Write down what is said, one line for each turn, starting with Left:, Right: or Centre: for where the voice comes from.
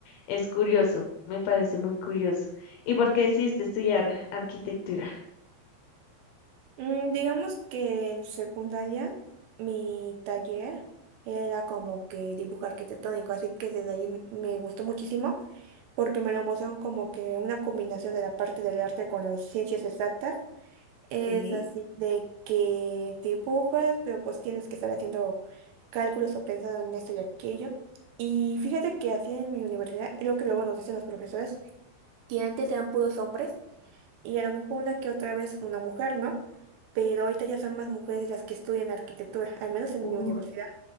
Left: es curioso, me parece muy curioso. ¿Y por qué decidiste estudiar arquitectura?
Right: Mm, digamos que en secundaria mi taller era como que dibujo arquitectónico, así que desde ahí m- me gustó muchísimo porque me lo mostraron como que una combinación de la parte del arte con las ciencias exactas. Es
Left: Sí.
Right: así de que dibujas, pero pues tienes que estar haciendo cálculos o pensando en esto y aquello. Y fíjate que así en mi universidad, es lo que luego nos dicen los profesores, que antes eran puros hombres y a lo mejor una que otra vez una mujer, ¿no? Pero ahorita ya son más mujeres las que estudian arquitectura, al menos en
Left: Uh,
Right: mi universidad.